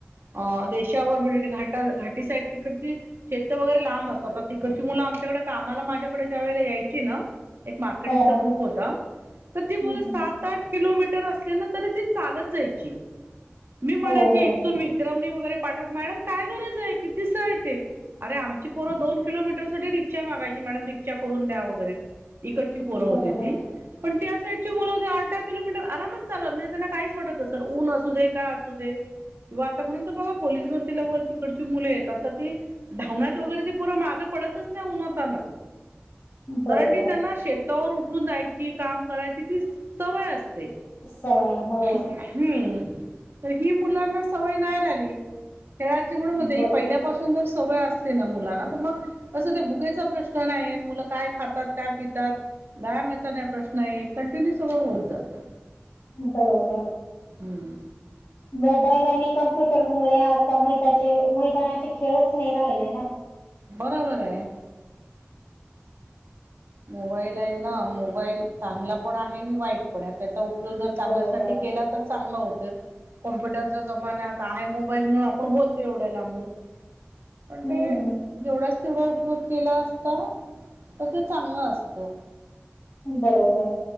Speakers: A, on the right; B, on the left.
A: अ देशावर म्हणजे घाट घाटी साईड तिकडची. शेत वगैरे लांब असतात तर तिकडची मुलं आमच्याकडे कामाला माझ्याकडे ज्या वेळे यायची ना. एक मार्केटिंगचा
B: हो हो
A: ग्रुप होता तर ती
B: हम्म,
A: मुलं सात
B: हम्म.
A: आठ किलोमीटर अस त ती चालत जायची मी म्हणायची
B: हो हो
A: इथून विक्रम वैगेरे. पाठव मॅडम काय गरज आहे, कितीसं आहे ते. अरे आमची पोरं दोन किलोमीटर साठी रिक्षा मागायची मॅडम रिक्षा करून द्या वगैरे. इकडची पोरं होती
B: बरोबर
A: ती पण त्या साई मुलं हो आठ दहा किलोमीटर आरामच चाल नाही त्यांना काहीच वाटत सर ऊन असू दे काय असू दे. किंवा आता म्हणून तर बघा पोलीस भरती वैगेरे तिकडची मुले येतात तर ती. धावण्यात वगैरे ते परं माग पडतच ना उन्हातानात.
B: बरोबर
A: कारण ती त्यांना शेतावर उठून जायची काम करायची ती सवय असते.
B: सवय हो
A: ते ह्म्म्म. तर ही मुलांना सवय नाही राहिली खेळाची म्हणूनज ही
B: बरोबर
A: पहिल्यापासून जर. अस ना मुना तर मग असं ते भुकेचा प्रश्न नाही मुलं काय खातात काय पितात. व्यामचा नाही प्रश्न आहे, कंटिन्यू सगळं होत, जातं.
B: बरोबर.
A: हम्म
B: मोबाईल आणि कम्प्युटर मुळे आता मैदाचे मैदानाचे खेळच नाही राहिले ना.
A: बरोबर आहे. मोबाईल आहे, ना मोबाईल चांगला पण आहे, आणि वाईट पण आहे. त्याचा उपयोग जर चांगल्यासाठी
B: बरोबर
A: केला तर चांगला होतेय. कम्प्युटरच्या जमान्यात आहे, मोबाईल म्हणून आपण बोलतो एवढ्या ला मुन. पण
B: हम्म
A: ते जेवढाच तेवढा उपयोग केला असता त तेच. चांग असतो.
B: बरोबर.